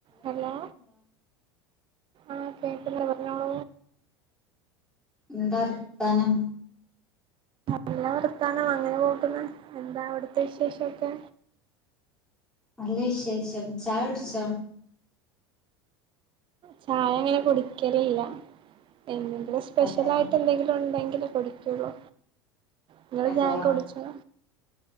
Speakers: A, on the right; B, in the centre.
A: Hello ആഹ് കേക്കുന്ന ഓ
B: എന്താ വർത്താനം
A: നല്ല വർത്താനം അങ്ങനെ പോകുന്ന് എന്താ അവിടെ വിശേഷൊക്കെ
B: അല്ലേ ശേഷം ചാ കുടിച്ച
A: ചായ അങ്ങനെ കുടിക്കലില്ല എന്തെങ്കിലും സ്പെഷ്യൽ
B: അതെയോ
A: ആയിട്ട് എന്തെങ്കിലും ഉണ്ടെങ്ക പഠിക്കുള്ളൂ നിങ്ങള്
B: അതെയോ
A: ഞാക്കെ കുടിച്ച